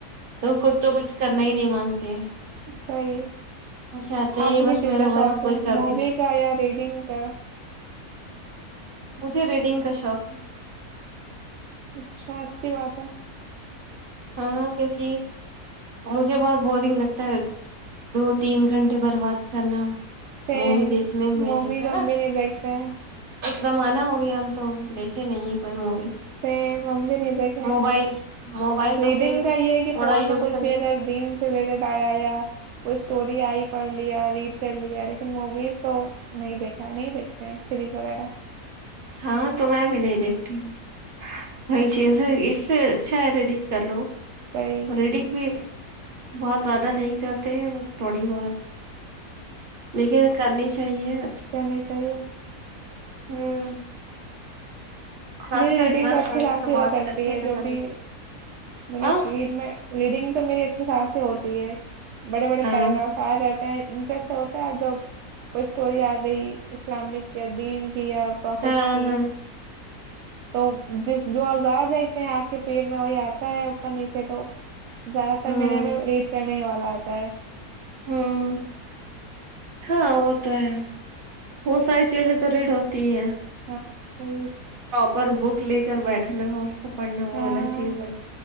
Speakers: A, on the right; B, on the right.
A: تو خود تو کچھ کرنا ہی نہیں مانگتے ہیں
B: صی
A: وہ چاہتے
B: آ
A: ہیں
B: کسی
A: بس
B: چیز
A: میرا
B: کا
A: ورک
B: شوق
A: کوئی
B: ہے
A: کر
B: مووی
A: دے
B: کا یا ریڈنگ کا
A: مجھے ریڈنگ کا شوق ہے
B: اچھا اچھی بات ہے
A: ہاں کیونکہ مجھے بہت بورنگ لگتا ہے دو تین گھنٹے برباد کرنا
B: سیم
A: مووی دیکھنے میں
B: وہ بھی
A: ہے
B: ہم
A: نا
B: ہم بھی نہیں دیکھتے ہیں
A: ایک دمان ہوگیا ہم تو دیکھے نہیں م
B: سیم ہم بھی نہیں دیکھے
A: موبائل
B: ہیں
A: موبائل
B: ریڈنگ
A: تو پھر
B: کا
A: تھوڑا
B: یہ ہے کہ فون
A: یوز
B: میں کچھ
A: کر
B: بھی
A: لو
B: اگر دین سے ریلیٹڈ آیا یا کوئی اسٹوری آئی پڑھ لیا ریڈ کر لیا لیکن موویز تو نہیں دیکھا ہے نہیں دیکھتے ہیں سیریز وغیرہ
A: ہاں تو میں بھی نہیں دیکھتی ہ وہی چیز اس سے اچھا ہے ریڈک کر لو
B: صحیح
A: اوریڈک بھی بہت زیادہ نہیں کرتے ہیں وہ تھوڑی بہت لیکن کر نی <inaudible> چاہیے <inaudible>
B: کرنے چاہیے <unintelligible>
A: ہوں <unintelligible> خاص
B: میری
A: کر ایگزام
B: ریڈنگ تو اچھی
A: ٹائم
B: خاصی
A: پہ تو
B: ہوا
A: بہت
B: کرتی
A: اچھے
B: ہے
A: سے
B: جو
A: کرنی
B: بھی
A: چاہیے
B: <unintelligible> میرے
A: آں
B: فیڈ میں ریڈنگ تو میری <unintelligible> اچھی خاص ہوتی ہے <unintelligible> بڑے بڑے
A: ہاں
B: پیراگرافس آیا کر <unintelligible> انٹرسٹ سے ہوتا ہے جب کوئی اسٹوری آ گئی اسلامک دین <unintelligible> کیا پروفٹس
A: ہاں
B: کی
A: ہاں
B: <unintelligible> تو جس جو آپ زیادہ دیکھتے ہیں آپ کے فیر میں وہی آ <unintelligible> ہے اوپر نیچے تو <inaudible> زیادہ تر
A: ہوں
B: میں نے ریٹ کر <unintelligible> نہیں والا آتا ہے <inaudible>
A: ہوں ہاں وہ تو ہے بہت ساری چیزیں تو ریڑھ ہوتی ہے <unintelligible>
B: ہاں صحیح یہ <inaudible>
A: پر بک لے کر بیٹھنا ہو اس <unintelligible> وہ
B: ہاں
A: الگ چیز ہے